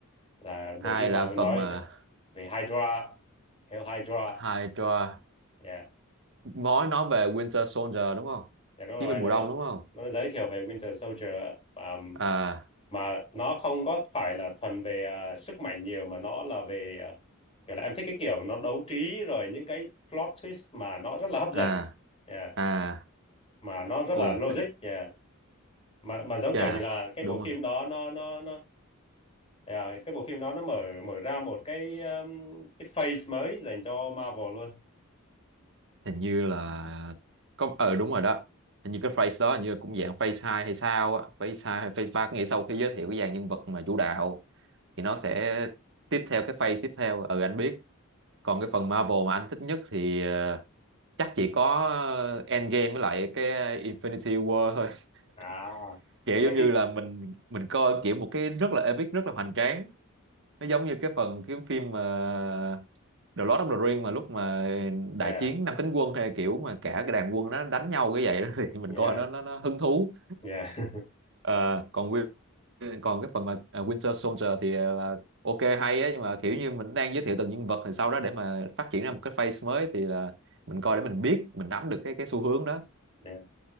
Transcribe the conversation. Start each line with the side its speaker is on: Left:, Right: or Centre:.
Left: là bộ
Right: hai
Left: phim mà
Right: là
Left: nói
Right: phần mà
Left: về về Hydra Hell Hydra
Right: Hydra
Left: yeah.
Right: nói nói về Winter Soldier đúng không
Left: dạ đúng rồi
Right: chiến binh
Left: nó
Right: mùa
Left: nó
Right: đông đúng không
Left: nó giới thiệu về Winter Soldier á. mà
Right: à
Left: mà nó không có phải là thuần về ờ, sức mạnh nhiều mà nó là về ờ, kiểu là em thích cái kiểu nó đấu trí rồi những cái plot twist mà nó rất là hấp
Right: à
Left: dẫn yeah.
Right: à
Left: mà nó rất
Right: ồ
Left: là logic
Right: phải-
Left: yeah. mà mà giống
Right: chà
Left: kiểu như là cái
Right: đúng
Left: bộ
Right: rồi
Left: phim đó nó nó nó à, cái bộ phim đó nó mở mở ra một cái um, cái phase mới dành cho Marvel luôn
Right: hình như là có ờ đúng rồi đó hình như cái phrase đó hình như cũng dạng phase 2 hay sao á phase 2 hay phase ba có nghĩa sau khi giới thiệu cái dàn nhân vật mà chủ đạo thì nó sẽ tiếp theo cái phase tiếp theo ừ anh biết còn cái phần Marvel mà anh thích nhất thì ờ, chắc chỉ có ờ, Endgame với lại cái Infinity War thôi
Left: à
Right: <laughs> kiểu
Left: cái
Right: giống như
Left: cái-
Right: là mình mình coi kiểu một cái rất là epic rất là hoành tráng nó giống như cái phần cái phim mà The Lord of the Rings mà lúc mà
Left: yeah
Right: đại chiến năm cánh quân hay kiểu mà cả cái đàn quân nó đánh nhau cái vậy đó, <laughs> thì mình
Left: yeah
Right: coi nó nó, nó hứng thú
Left: yeah <laughs>
Right: Ờ, còn Win- còn cái phần mà à, Winter Soldier thì à, là ok hay á nhưng mà kiểu như mình đang giới thiệu từng nhân vật thì sau đó để mà phát triển ra một cái phase mới thì là mình coi để mình biết mình nắm được cái cái xu hướng đó
Left: yeah